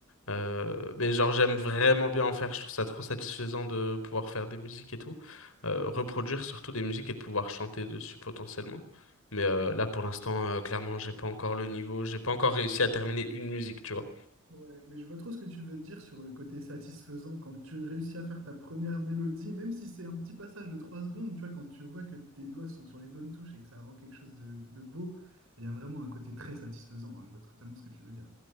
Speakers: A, on the left; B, on the right.
A: Euh, mais genre j'aime vraiment bien en faire, je trouve ça trop satisfaisant de pouvoir faire des musiques et tout, Euh, reproduire surtout des musiques et de pouvoir chanter dessus potentiellement. Mais euh, là pour l'instant euh, clairement j'ai pas encore le niveau, j'ai pas encore réussi à terminer une musique, tu vois.
B: Ouais, mais je vois trop ce que tu veux dire sur le côté satisfaisant quand tu réussis à faire ta première mélodie, même si c'est un petit passage de 3 secondes, tu vois, quand tu vois que tes doigts sont sur les bonnes touches et que ça rend quelque chose de, de beau, il y a vraiment un côté très satisfaisant, hein, je vois totalement ce que tu veux dire.